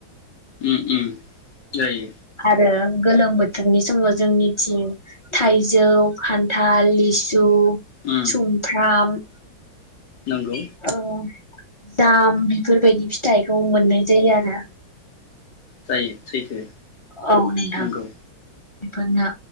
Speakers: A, on the left; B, on the left.
A: उम उम जायो
B: आरो गोलोम बोथोरनि समाव जोंनिथिं थाइजौ खान्थाल लिसु
A: उम
B: सुमफ्राम
A: नंगौ
B: औ दाम बेफोरबायदि फिथाइखौ मोननाय जायो आरो
A: जायो सैथो
B: औ नोंथां
A: नंगौ
B: बिफोरनो